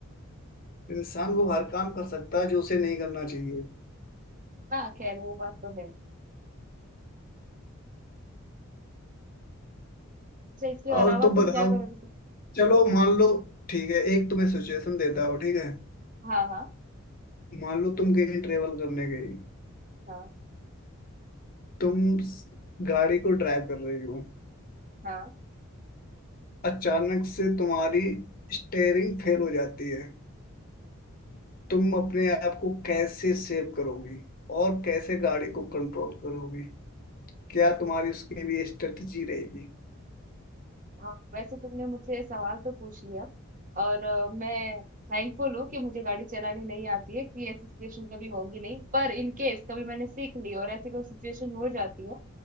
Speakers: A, on the left (about 45°); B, on the right (about 40°).
A: इंसान वो हर काम कर सकता है जो उसे नहीं करना चाहिए
B: हाँ खैर वो बात तो है अच्छा इसके
A: और
B: अलावा
A: तुम बताओ
B: तुम क्या करोगे
A: चलो मान लो ठीक है एक तुम्हें सिचुएशन देता हूँ ठीक है
B: हाँ हाँ
A: मान लो तुम कहीं ट्रेवल करने गई
B: हाँ
A: तुम स- गाड़ी को ड्राइव कर रही हो
B: हाँ
A: अचानक से तुम्हारी स्टेयरिंग फेल हो जाती है तुम अपने आप को कैसे सेव करोगी और कैसे गाड़ी को कंट्रोल करोगी क्या तुम्हारी उसके लिए स्ट्रेटजी रहेगी
B: हाँ, वैसे तुमने मुझसे ये सवाल तो पूछ लिया और अ, मैं थैंकफुल हूँ कि मुझे गाड़ी चलानी नहीं आती है कि ऐसी सिचुएशन कभी होगी नहीं पर इन केस कभी मैंने सीख ली और ऐसी कोई सिचुएशन हो जाती है